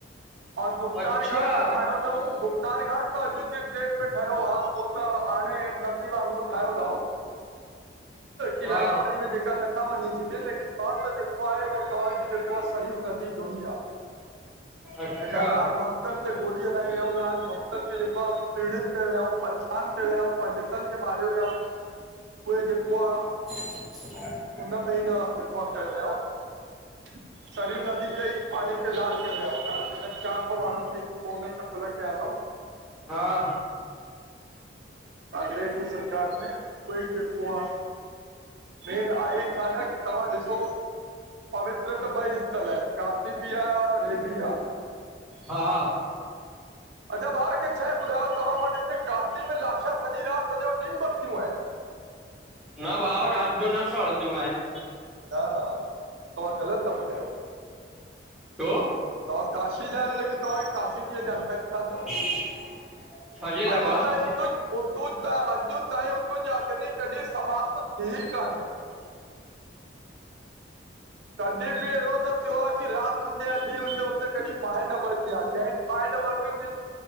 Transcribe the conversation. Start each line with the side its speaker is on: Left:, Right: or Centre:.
Right: और गुप्तार
Centre: अच्छा
Right: घाट त ठाहियो तऊं, गुप्तार घाट त अॼु जे डेट में ठहियो आ, उहो त हाणे न उह ठाहियो तऊं, कलाई
Centre: हा
Right: पाणी में जेका न था वञी सघनि, लेकिन त जेको आहे, उहो तव्हांजो जेको आ, सरियूं नदी जो ई आ
Centre: अच्छा
Right: जेका राम भक्त भक्तनि ते गोली हलाई वया रहायूं, राज भक्तनि खे बाद आ पीड़ित कयो रहाऊं, ऐं परेशान कयो रहाऊं। पंडितनि खे मारियो रहाऊं, उहे जेको आ
Centre: <inaudible>
Right: हुन में ई न, जेिको कियो रहाऊं सरयूं नदी ते ई पाणी ते लाल करे वया रहायूं न जेकॾ चारि सौ माण्हुंनि जी पोइ ख़तल के आया आहिऊं।
Centre: हा --
Right: अंग्रेजी सरकार में उहोई जेको आ। मेन आहे छा न की तव्हां ॾिसो पवित्र? त ॿई स्थल हे, काशी बि आ, और हे बि आ।
Centre: हा --
Right: अच्छा भाउ हिकु शेए ॿुधायो, तव्हां वटि हिते काशी में लाशा सॼी रात, सॼो ॾींहु बरंदियूं हिन।
Centre: न भाउ राति जो न सॼीयूं आहिन।
Right: न हा, तव्हां ग़लत था ॿुधायो।
Centre: छो?
Right: तव्हां काशी जा आहियो, लेकिन तव्हांखे काशी जी ये जानकारी कोन तव।
Centre: <unintelligible>
Right: अॼु
Centre: भाउ
Right: तायो -- <unintelligible> -- कॾहिं बि अहिड़ो न थियो आ, की राति हुजे या ॾींहु हुजे हुते कॾहिं ॿाहि न बरबी आ, जंहिं ॿाहे न भरंदी हुनजी,